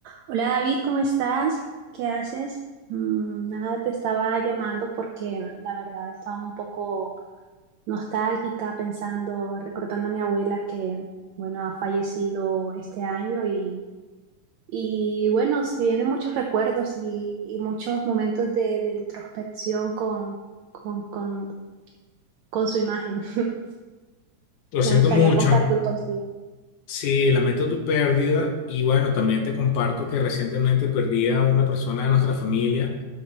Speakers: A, on the right; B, on the left.
A: Hola David, ¿cómo estás? ¿Qué haces? Mm, nada, te estaba llamando porque la verdad estaba un poco nostálgica pensando, recordando a mi abuela que, bueno, ha fallecido este año y, y bueno, se vienen muchos recuerdos y, y muchos momentos de, de introspección con, con, con, con su imagen. <laughs>
B: Lo siento
A: Me gustaría
B: mucho.
A: compartir contigo.
B: Sí, lamento tu pérdida y bueno, también te comparto que recientemente perdí a una persona de nuestra familia,